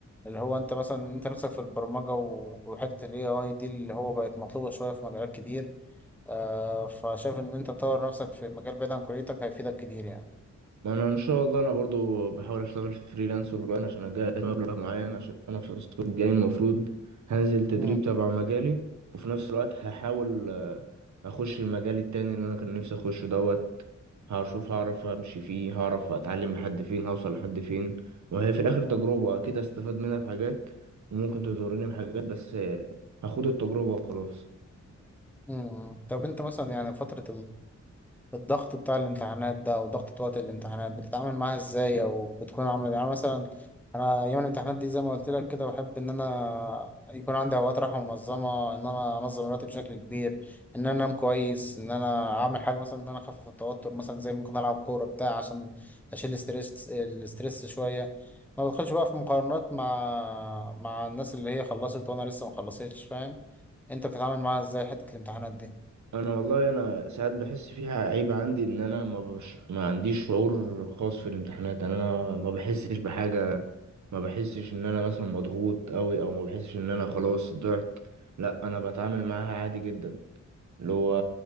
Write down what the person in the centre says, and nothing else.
اللي هو انت مثلا انت نفسك في البرمجة و- وحتة ال AI دي اللي هو بقت مطلوبة شوية في مجالات كتير آه فشايف ان انت تطور نفسك في مجال بعيد عن كليتك هيفيدك كتير يعني
مم.
مم.
مم. طب انت مثلا يعني فترة الضغط بتاع الامتحانات ده او ضغط وقت الامتحانات بتتعامل معاها ازاي او بتكون عامله يعني مثلا انا ايام الامتحانات دي زي ما قلت لك كده بحب ان انا يكون عندي اوقات راحه منظمه ان انا انظم الوقت بشكل كبير ان انا انام كويس ان انا اعمل حاجه مثلا ان انا اخفف التوتر مثلا زي ممكن العب كوره بتاع عشان اشيل الاسترس الاسترس شويه ما بدخلش بقى في مقارنات مع مع الناس اللي هي خلصت وانا لسه ما خلصتش فاهم انت بتتعامل معاها ازاي حته الامتحانات دي